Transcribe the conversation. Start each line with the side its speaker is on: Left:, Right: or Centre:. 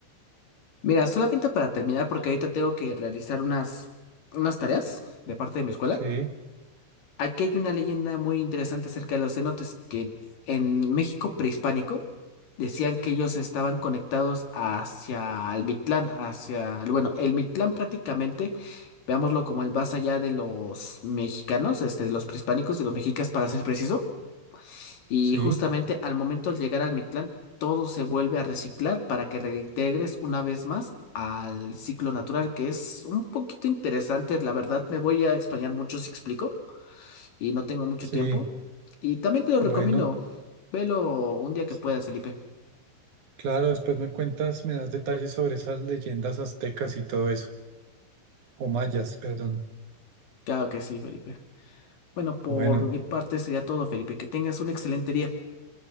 Left: Mira, solamente para terminar, porque ahorita tengo que realizar unas, unas tareas de parte de mi escuela.
Right: Sí,
Left: Aquí hay una leyenda muy interesante acerca de los cenotes, que en México prehispánico decían que ellos estaban conectados hacia el Mictlán, hacia, bueno, el Mictlán prácticamente, veámoslo como el más allá de los mexicanos, este, de los prehispánicos, de los mexicas para ser preciso, y
Right: sí,
Left: justamente al momento de llegar al Mictlán, todo se vuelve a reciclar para que reintegres una vez más al ciclo natural, que es un poquito interesante, la verdad me voy a extrañar mucho si explico y no tengo mucho
Right: sí.
Left: tiempo. Y también te lo recomiendo.
Right: Bueno,
Left: Velo un día que
Right: sí.
Left: puedas, Felipe.
Right: Claro, después me cuentas, me das detalles sobre esas leyendas aztecas y todo eso, o mayas, perdón.
Left: Claro que sí, Felipe. Bueno, por
Right: Bueno,
Left: mi parte sería todo, Felipe. Que tengas un excelente día.